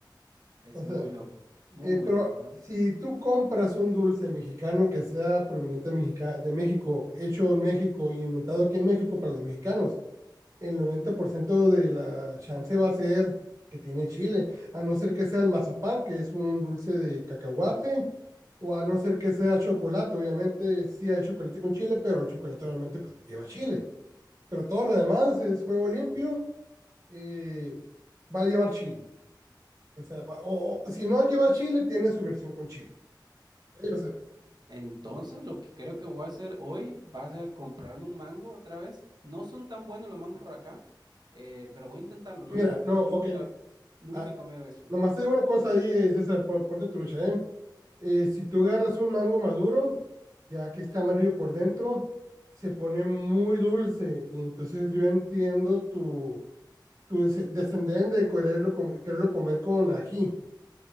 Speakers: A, on the right; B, on the right.
A: Eso
B: o sea,
A: es muy loco, muy,
B: eh,
A: muy
B: pero
A: loco, ¿no?
B: si tú compras un dulce mexicano que sea proveniente de Mexica- de México, hecho en México y inventado aquí en México para los mexicanos, el 90% de la chance va a ser que tiene chile, a no ser que sea el mazapán, que es un dulce de cacahuate,
A: Tus-
B: o a no ser que sea chocolate, obviamente sí hay chocolate con chile, pero el chocolate normalmente pues no lleva chile, pero todo lo demás es juego limpio, eh, va a llevar chile, o sea, va- o, o si no lleva chile, tiene su versión con chile, Eh, o sea,
A: Entonces, lo que creo que voy a hacer hoy va a ser comprarme un mango otra vez. No son tan buenos los mangos por acá, eh, pero voy a intentarlo. Nunca,
B: mira,
A: co-
B: no,
A: nunca,
B: ok, mi-
A: nunca
B: a-
A: he comido eso.
B: Nomás te digo una cosa ahí, eh, César, pon- ponte trucha, ¿eh? Eh, si tú agarras un mango maduro, ya que está amarillo por dentro, se pone muy dulce y entonces yo entiendo tu, tu des- descendén de quererlo, com- quererlo comer con ají.